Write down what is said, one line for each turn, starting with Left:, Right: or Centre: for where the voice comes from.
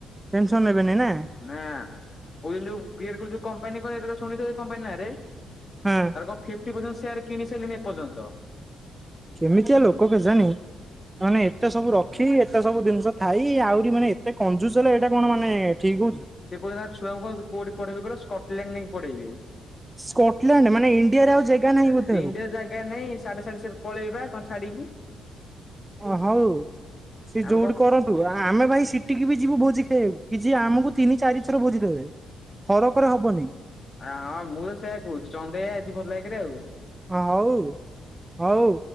Right: ଟେନ୍ସନ୍ ନେବେନି ନାଁ।
Left: ନା କହୁଛନ୍ତି ଯୋଉ ଇଏରେକରେ ଯୋଉ କମ୍ପାନୀ <unintelligible> ଶୁଣିଥିବ କମ୍ପାନୀ ନାଁରେ ଆ
Right: ହଁ
Left: ତ କଣ୍ ଫିଫ୍ଟି ପର୍ଯ୍ୟନ୍ତ୍ ସେୟାର୍ କିଣି ସାଇଲେଣିି ଏପର୍ଯ୍ୟନ୍ତ।
Right: କେମିତିଆ ଲୋକ କେଜାଣି। ମାନେ ଏତେ ସବୁ ରଖି ଏତେ ସବୁ ଜିନ୍ଷ ଥାଇ ଆହୁରି ମାନେ ଏତେ କଞ୍ଜୁସ୍ ହେଲେ ଏଇଟା କଣ ମାନେ ଠିକ୍ କଉଚ।
Left: ସେ କଉଥୁଲା ତା ଛୁଆକୁ କଁ କୋଉଠି ପଢ଼େଇବି କହିଲ ସ୍କଟଲେଣ୍ଡ୍ ନେଇକି ପଢ଼େଇବି।
Right: ସ୍କଟଲାଣ୍ଡ
Left: <inaudible>
Right: ମାନେ ଇଣ୍ଡିଆରେ ଆଉ ଜାଗା ନାହିଁ
Left: ଏଇ
Right: ବୋଧେ
Left: ଇଣ୍ଡିଆ ଜାଗା ନାଇଁସ ସେଆଡ଼େ ସେଆଡ଼େ ସେଆର୍ ପଳେଇବା କଣ୍ ଛାଡି଼କି।
Right: ହଁ ହଉ ସେ
Left: ଆମେ
Right: ଯୋଉଠି
Left: କଣ
Right: କରନ୍ ଉ ଆ ଆମେ ଭାଇ ସିଟିକି ବି ଯିବୁ ବୋଜି ଖାଇଆକୁ କିଛି ଆମକୁ ତିନି ଚାରି ଥର ଭୋଜି ଦେବେ। ଥରକରେ ହବନି।
Left: ଆ ହଁ ମୁଁ ତ ସେୟା କହୁଛି ଚନ୍ଦେଇ ଆଜି ଭଲା ଆକେରେ ଆଉ।
Right: ହଁ ହଉ ହଉ